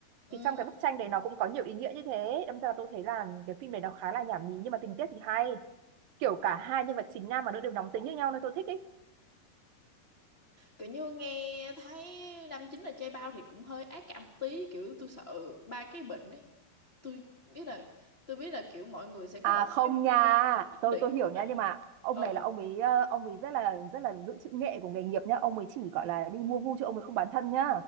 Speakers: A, on the left; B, on the right.
A: Ừ.
B: thì trong cái bức tranh đấy nó cũng có nhiều ý nghĩa như thế đâm ra tôi thấy là cái phim này nó khá là nhảm nhí nhưng mà tình tiết thì hay kiểu cả hai nhân vật chính nam và nữ đều nóng tính như nhau nên tôi thích ý
A: kiểu như nghe thấy năm chín là chay bao thì cũng hơi ác cảm một tí kiểu tôi sợ ba cái bệnh ấy tôi biết là tôi biết là kiểu mọi người sẽ có
B: À
A: một
B: không
A: cái
B: nha,
A: viên nó nhất
B: tôi
A: định
B: tôi hiểu
A: nhưng
B: nha
A: mà
B: nhưng
A: kiểu-
B: mà ông
A: ừ
B: này là ông ấy ờ, ông ấy rất là rất là giữ chữ nghệ của nghề nghiệp nhá, ông ấy chỉ gọi là đi mua vui chứ ông ấy không bán thân nhá.